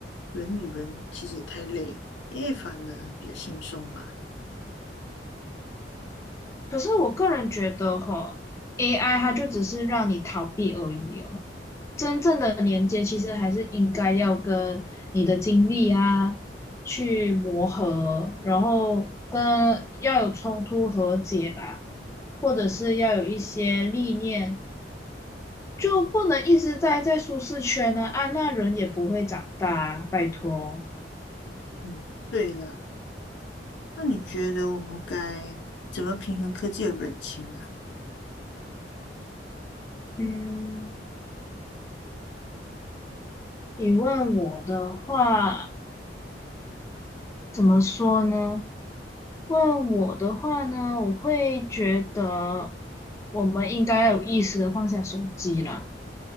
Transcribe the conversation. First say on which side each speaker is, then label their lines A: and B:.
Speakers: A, on the left; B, on the left.
A: 人与人其实太累，AI 反而比较轻松吧。
B: 可是我个人觉得吼 a i 它就只是让你逃避而已哦。真正的连接其实还是应该要跟你的经历啊去磨合，然后跟要有冲突和解吧，或者是要有一些历练，就不能一直待在舒适圈呢啊，那人也不会长大啊，拜托。
A: 嗯，对了，那你觉得我们该怎么平衡科技的人情啊？
B: 嗯。你问我的话，怎么说呢？问我的话呢，我会觉得我们应该要有意识的放下手机了。